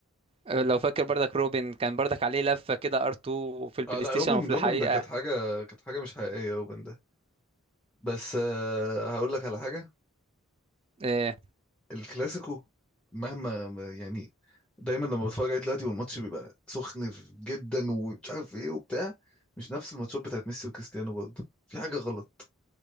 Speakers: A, on the right (about 25°); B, in the centre.
A: آه، لو فاكر برضك روبن كان برضك عليه لفه كده ار2 في البلاي
B: اه لا
A: ستيشن
B: روبن
A: وفي الحقيقه
B: روبن ده كانت حاجه كانت حاجه مش حقيقيه روبن ده بس آه هقول لك على حاجه
A: آه،
B: الكلاسيكو مهما ما- يعني دايما لما بتفرج عليه دلوقتي والماتش بيبقى سخن جدا ومش عارف ايه وبتاع مش نفس الماتشات بتاعت ميسي وكريستيانو برضه في حاجة غلط